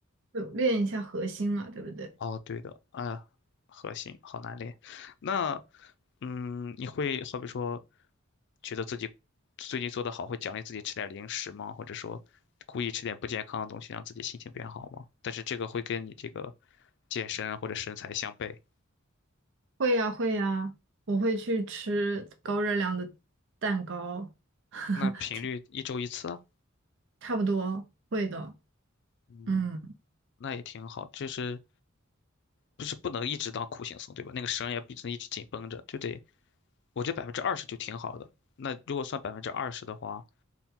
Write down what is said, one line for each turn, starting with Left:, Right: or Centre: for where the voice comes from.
Right: 就练一下核心嘛，对不对？
Left: 哦，对的，啊，核心好难练。那，嗯，你会好比说，觉得自己最近做得好，会奖励自己吃点零食吗？或者说，故意吃点不健康的东西，让自己心情变好吗？但是这个会跟你这个健身啊或者身材相悖。
Right: 会呀、会呀、我会去吃高热量的蛋糕，<laughs>
Left: 那频率一周一次啊，
Right: 差不多会的。
Left: 嗯，
Right: 嗯，
Left: 那也挺好。就是不是不能一直当苦行僧，对吧？那个绳也不能一直紧绷着，就得，我觉得百分之二十就挺好的。那如果算百分之二十的话。